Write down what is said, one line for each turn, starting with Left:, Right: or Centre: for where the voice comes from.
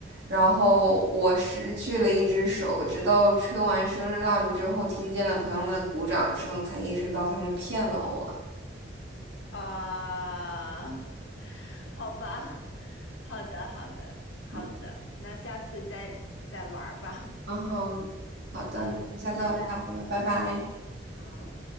Right: 然后我失去了一只手，直到吹完生日蜡烛之后，听见了朋友们的鼓掌声，才意识到他们骗了我。
Left: 啊、<laughs> 好吧，<laughs> 好的，好的，好的，
Right: 嗯，
Left: 那下次再再玩儿吧。
Right: 然后好的，
Left: 嗯，
Right: 我们下次再聊吧，
Left: 拜拜。
Right: 拜拜。
Left: 好。